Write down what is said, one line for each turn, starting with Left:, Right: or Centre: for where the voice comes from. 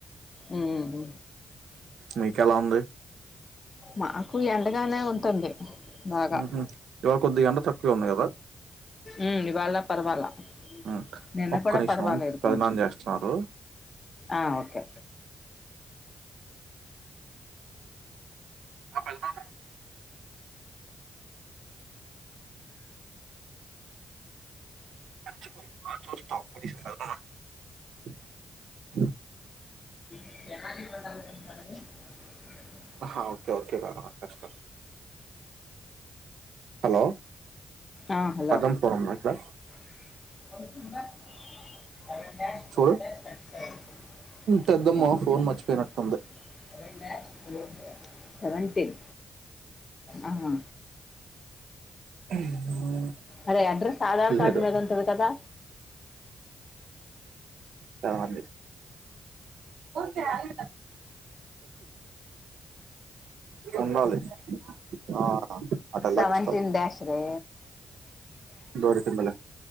Left: ఉ హు
Right: ఉ మీకు ఎలా ఉంది
Left: మాకు ఎండగానే ఉంటుంది బాగా
Right: ఉహు ఇవాళ కొద్ది ఎండ తక్కువే ఉంది కదా
Left: ఉ ఇవాళ పర్వాలా
Right: ఉమ్
Left: నిన్న
Right: ఒక్క
Left: కూడా
Right: నిమిషం
Left: పర్వాలేదు
Right: పెదనాన్న
Left: కొంచెం
Right: చేస్తున్నారు
Left: ఆ ఓకే
Right: ఒక్కలు మాము <unintelligible> ఆ
Left: <unintelligible>
Right: హ ఓకే ఓకే భైరవ కష్టం హలో
Left: ఆ హలో
Right: కదం ఫ్లోరింగ్ ఎక్కడ
Left: <unintelligible>
Right: చూడు పెద్దమ్మ ఫోన్ మర్చిపోయినట్టుంది
Left: సెవెంటీన్ అహా
Right: <unintelligible>
Left: అరే అడ్రెస్ ఆధార్
Right: లేదు
Left: కార్డ్ మీద ఉంటది కదా
Right: తర్వాత దేచ్చ ఉండాలి ఆ అటెల్లాక
Left: సేవేంటీన్
Right: ఇస్తారు
Left: డాష్ రే
Right: దొరికిందిలే